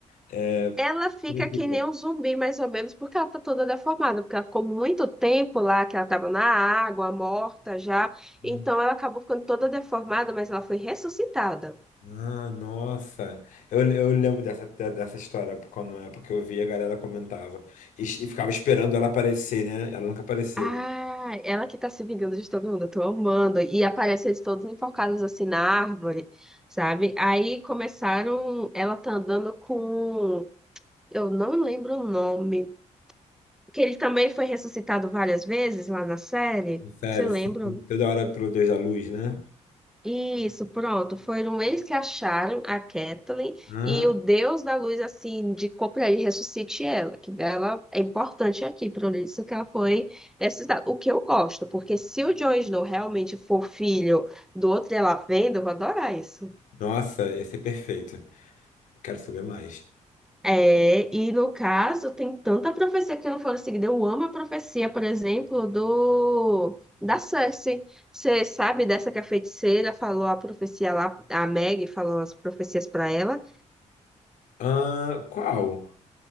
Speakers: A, on the left (about 85°); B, in the centre.
A: É...
B: Ela fica
A: por inteiro,
B: que nem um zumbi, mais ou menos, porque ela tá toda deformada, porque ela ficou muito tempo lá, que ela tava na água, morta já.
A: né?
B: Então ela acabou ficando toda deformada, mas ela foi ressuscitada.
A: Ah, nossa. Eu, eu lembro dessa, de- dessa história, por quando é porque eu vi a galera comentava. E, e ficava esperando ela aparecer, né? Ela nunca apareceu.
B: Ah, ela que tá se vingando de todo mundo, eu tô amando. E aparece eles todos enforcados assim na árvore, sabe? Aí começaram, ela tá andando com, eu não lembro o nome, que ele também foi ressuscitado várias vezes lá na série.
A: Sério,
B: Você lembra?
A: sim. Toda hora pro Deus da Luz, né?
B: Isso, pronto. Foram eles que acharam a Kathleen
A: Ah,
B: e o Deus da Luz, assim, indicou para ele ressuscite ela, que ela é importante aqui, por isso que ela foi ressuscitada. O que eu gosto, porque se o Jon Snow realmente for filho do outro, ela vendo, eu vou adorar isso.
A: nossa, esse é perfeito. Eu Quero saber mais.
B: É, e no caso, tem tanta profecia que não foram seguidas. Eu amo a profecia, por exemplo, do da Cersei. Você sabe dessa que a feiticeira falou a profecia lá, a Meg falou as profecias para ela,
A: Ah, qual?